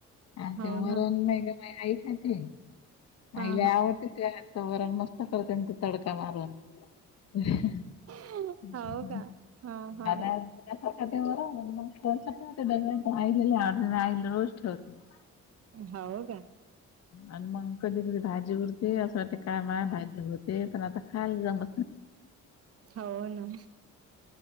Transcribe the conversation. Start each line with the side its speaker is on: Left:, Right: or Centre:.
Left: आ
Right: हो
Left: ते वरण
Right: ना हो
Left: नाही मही आई खाते.
Right: ना हा
Left: आई ला आवडते ते आ वरण मस्त करते ते तडका मारून बरं म
Right: हा हो
Left: <unintelligible>
Right: का हा हा
Left: हिले आवड आई रोज ठेवतो.
Right: हो का.
Left: आणि मग कधी कधी भाजी उरते असं वाटते कामा भाजी होरते पण आता खाल जम
Right: हो ना.